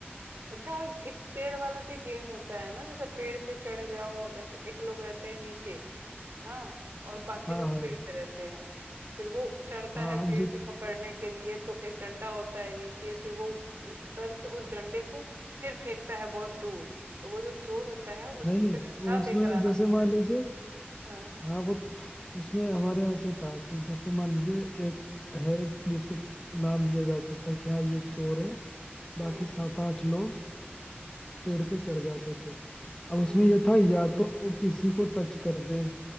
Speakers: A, on the right; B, on the left.
A: अच्छा एक पेड़ वाला भी गेम होता है ना जैसे पेड़ पे चढ़ जाओ जैसे एक लोग रहते हैं नीचे हाँ और बाकी
B: हाँ
A: लोग
B: हाँ
A: पेड़ पे रहते हैं फिर वो चढ़ता
B: हाँ
A: है पेड़
B: जो
A: पे पकड़ने के लिए तो एक डंडा होता है नीचे फिर वो उ- उतर के उस डंडे को फिर फेंकता है बहुत दूर तो वो जो चोर होता है उसको
B: नहीं
A: फिर डंडा
B: वो उसमें
A: लेकर आना
B: जैसे
A: होता
B: मान
A: है
B: लीजिए
A: हाँ
B: हाँ वो उसमें हमारे यहाँ से था कि जैसे मान लीजिए एक है जिसको नाम दिया जाता था कि हाँ ये चोर है बाकी
A: हम्म
B: सात आठ लोग पेड़ पे चढ़ जाते थे अब उसमें
A: हम्म
B: ये था या तो वो किसी को टच कर दे